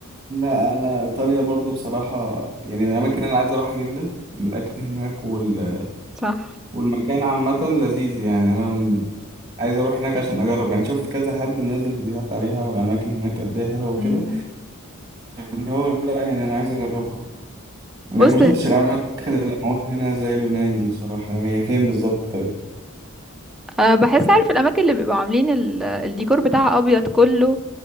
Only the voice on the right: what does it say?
لا انا ايطاليا برضو بصراحه يعني من الاماكن اللي انا عايز اروحها جدا الاكل هناك وال...
والمكان عامه لذيذ يعني انا من عايز اروح هناك عشان اجرب يعني شفت كذا حد منزل فيديوهات عليها والاماكن هناك قد ايه حلوه وكده
اللي هو لا يعني انا عايز اجربها لكن
ما شفتش الاماكن اللي معموله هنا زي اليونان دي بصراحه هي فين بالظبط طيب